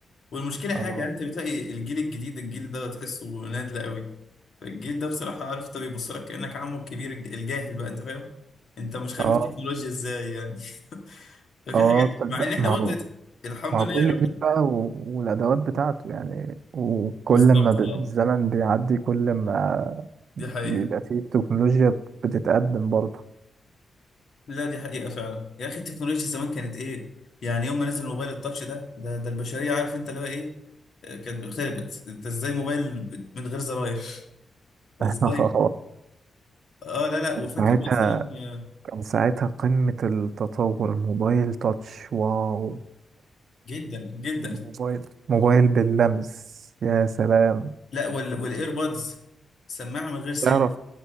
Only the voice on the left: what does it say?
والمشكله حاجه
يعني انت بتلاقي الجيل الجديد الجيل ده تحسه نادل قوي فالجيل ده بصراحة عارف انت بيبص لك كأنك عمه الكبير الج- الجاهل بقى انت فاهم انت مش خبير
تكنولوجيا ازاي يعني <laughs> ففي
حاجات
مع ان احنا
برضه
الحمد
لله
يعني الواحد
بالظبط
اه
دي حقيقة
لا دي حقيقة فعلا يا اخي التكنولوجيا زمان كانت ايه يعني يوم ما نزل الموبايل التاتش ده ده ده البشرية عارف انت اللي هو ايه آه، كانت خربت انت ازاي موبايل ب- من غير زراير <laughs>
ازاي اه لا لا وفاكر
مثلا آه،
جدا جدا
لا وال... والايربودز سماعة من غير سلك